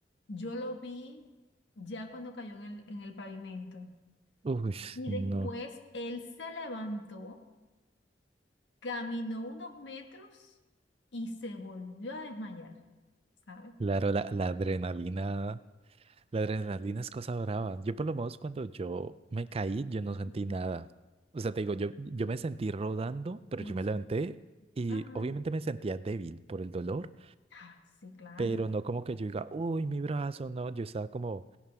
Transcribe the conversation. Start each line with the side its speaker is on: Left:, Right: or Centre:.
Left: Yo lo vi ya cuando cayó en el, en el pavimento.
Right: uf,
Left: Y
Right: no,
Left: después él se levantó, caminó unos metros y se volvió a desmayar, ¿sabes?
Right: claro, la, la adrenalina. La adrenalina es cosa brava. Yo por lo menos cuando yo me caí, yo no sentí
Left: Ujú.
Right: nada. O sea, te digo, yo, yo me sentí rodando, pero
Left: Dios.
Right: yo me levanté y
Left: Ajá.
Right: obviamente me sentía débil por el dolor,
Left: Ay, sí, claro.
Right: pero no como que yo diga, uy, mi brazo, no, yo estaba como,